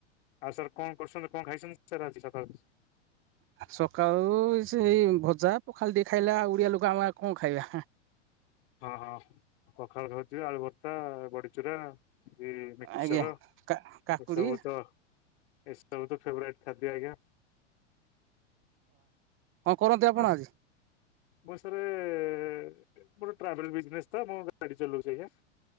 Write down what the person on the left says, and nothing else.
ଆଉ ସାର୍ କଣ କରୁଛନ୍ତି କଣ ଖାଇଛନ୍ତି ସାର୍ ଆଜି ସକାଳେ?
ହଁ ହଁ ପଖାଳ ଖାଉଛିବା ଆଳୁ ଭର୍ତ୍ତା ବଡିଚୁରା। <unintelligible> ମିକ୍ସର
ଏସବୁ ତ ଏ ସବୁ ତ ଫେବରାଇଟ୍ ଖାଦ୍ୟ ଆଜ୍ଞା।
ଆଉ ସ-
ମୁଁ ସାରେ ମୋର ଟ୍ରାଭେଲ ବିଜନେସ୍ ତ ମୁଁ ଗାଡି ଚଲଉଛି ଆଜ୍ଞା।